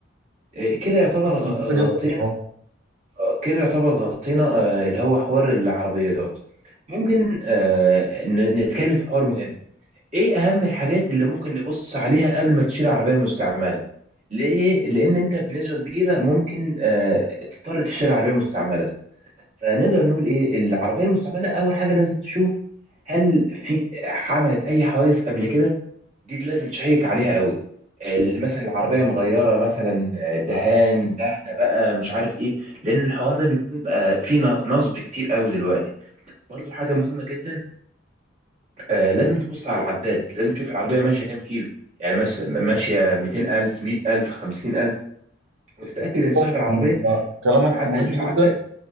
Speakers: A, on the right; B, on the right.
A: إيه كده يعتبر
B: كانت
A: غ-
B: ممتازة جدا
A: غطينا
B: بصراحة
A: آه، كده يعتبر غطينا آه، اللي هو حوار العربيات ممكن آه، ن- نتكلم في حوار مهم ايه اهم الحاجات اللي ممكن نبص عليها قبل ما تشتري عربية مستعملة ليه لان انت بنسبة كبيرة ممكن آه، تضطر تشتري عربية مستعملة فنقدر نقول ايه العربية المستعملة اول حاجة لازم تشوف هل في عملت اي حوادث قبل كده دي لازم تشيك عليها قوي ال- مثلا العربيه مغيره مثلا آه، دهان دهنه بقى مش عارف ايه لان الحوار ده بيكون بقى فيه ن- نصب كتير قوي دلوقتي برضو حاجه مهمه جدا آه لازم تبص على العداد لازم تشوف العربيه ماشيه كام كيلو يعني ماش- ماشيه 200000 100000 50000 وتتاكد
B: أكيد
A: ان صاحب
B: طبعا
A: العربيه
B: أنت كلامك
A: مش معدل
B: مهم
A: في العداد
B: جدا